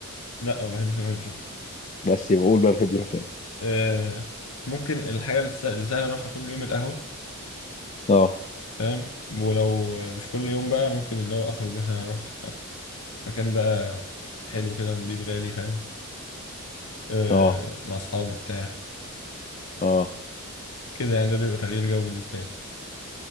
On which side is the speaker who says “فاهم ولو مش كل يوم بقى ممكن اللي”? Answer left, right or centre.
Left